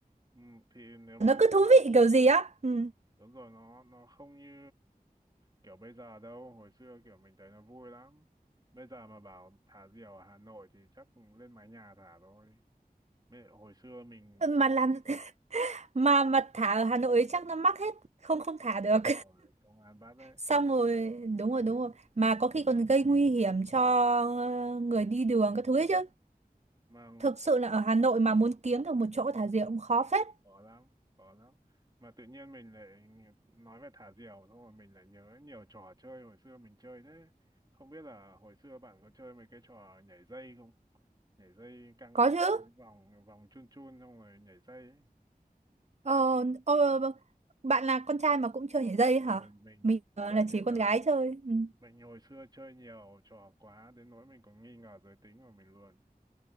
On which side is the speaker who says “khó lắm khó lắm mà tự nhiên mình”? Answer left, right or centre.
Right